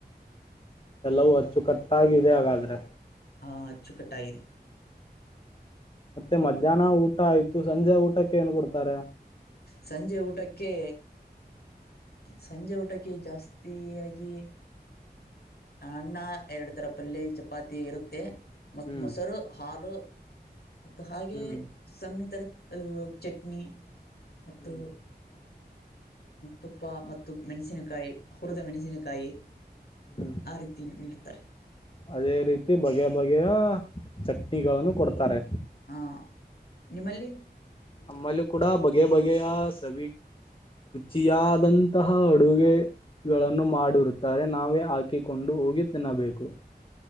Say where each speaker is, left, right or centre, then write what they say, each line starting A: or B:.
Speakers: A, on the left; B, on the left.
A: ಎಲ್ಲವೂ ಅಚ್ಚುಕಟ್ಟಾಗಾಗಿದೆ ಹಾಗಾದ್ರೆ
B: ಹಾ ಅಚ್ಚುಕಟ್ಟ ಇದೆ.
A: ಮತ್ತೆ ಮಧ್ಯಾಹ್ನ ಊಟ ಆಯ್ತು ಸಂಜೆ ಊಟಕ್ಕೆ ಏನ್ ಕೊಡ್ತಾರೆ?
B: ಸಂಜೆ ಊಟಕ್ಕೆ ಸಂಜೆ ಊಟಕ್ಕೆ ಜಾಸ್ತಿಯಾಗಿ ಅನ್ನ ಎರಡು ತರ ಪಲ್ಲಿ ಚಪಾತಿ ಇರುತ್ತೆ ಮತ್
A: ಹ್ಮ್
B: ಮೊಸರು ಹಾಲು ಮತ್ತು ಹಾಗೆ
A: ಹ್ಮ್
B: ಸಮಿಿತರ ಚಟ್ನಿ ಮತ್ತು
A: ಹ್ಮ್
B: ತುಪ್ಪ ಮತ್ತು ಮೆಣಸಿನಕಾಯಿ ಹುರಿದ ಮೆಣಸಿನಕಾಯಿ
A: ಹ್ಮ್
B: ಆ ರೀತಿ ನೀಡ್ತಾರೆ
A: ಅದೇ ರೀತಿ ಬಗೆಯ ಬಗೆಯ ಚಟ್ನಿಗಳನ್ನು ಕೊಡ್ತಾರೆ
B: ಹಾಂ ನಿಮ್ಮಲ್ಲಿ
A: ನಮ್ಮಲ್ಲಿ ಕೂಡ ಬಗೆಯ ಬಗೆಯ ಸವಿ ರುಚಿಯಾದಂತಹ ಅಡುಗೆ ಗಳನ್ನು ಮಾಡಿರುತ್ತಾರೆ ನಾವೇ ಹಾಕಿಕೊಂಡು ಹೋಗಿ ತಿನ್ನಬೇಕು.